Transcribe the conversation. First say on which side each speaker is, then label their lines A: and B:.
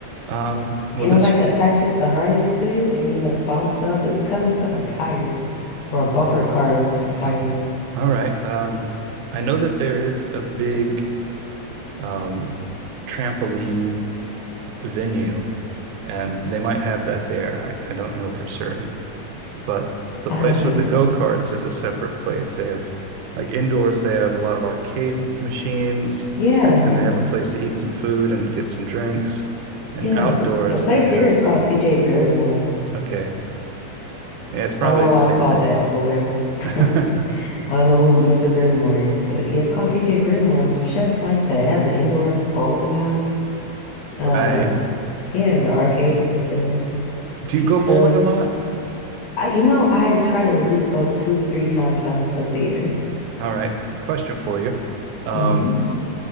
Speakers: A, on the right; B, on the left.
A: um well
B: And
A: this
B: it like attaches the harness to you and you like bounce up. It kind of looks like a tire or a bumper car
A: <laughs>
B: to tire.
A: all right. Um I know that there is a big um trampoline venue and they might have that there. I I don't know for certain. But the
B: I
A: place
B: don't think
A: with the
B: so.
A: go-karts is a separate place. They have like indoors, they have a lot of arcade machines
B: Yeah.
A: and they have a place to eat some food and get some drinks. And
B: Yeah.
A: outdoors,
B: The the place
A: they have,
B: here is called CJ Barrymore.
A: okay. Yeah, it's probably
B: I don't know
A: the
B: why
A: same
B: it's called
A: thing.
B: that, but whatever. <laughs> I
A: <laughs>
B: don't know who Mr. Barrymore is, but yeah, it's called CJ Barrymore, and it's just like that. It has an indoor bowling alley. Um,
A: Right.
B: yeah, the arcade, like you said,
A: Do
B: pizza.
A: you go bowling a lot?
B: I, you know, I try to at least go two to three times out of the year.
A: All right. Question for you. Um,
B: hmm